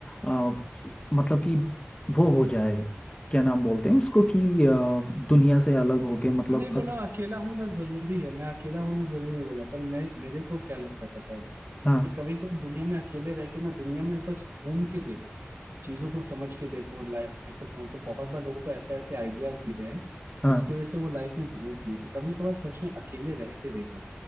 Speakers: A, on the left; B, on the right.
A: आ, मतलब कि वो हो जाए क्या नाम बोलते हैं उसको कि आ, दुनिया से अलग होके मतलब
B: नहीं बोला
A: अ-
B: अकेला होना जरूरी है मैं अकेला होना जरूरी नहीं बोला पर मैं मेरे को क्या लगता है पता है
A: हाँ
B: कि कभी कभी दुनिया में अकेले रह के ना दुनिया में बस घूम के देखो चीजों को समझ के देखो लाइफ को समझ तो बहुत बार लोगों को ऐसे ऐसे आइडियाज मिले हैं
A: हाँ
B: जिसकी वजह से वो लाइफ में ग्रो किए तो कभी कभार सच में अकेले रह के देखो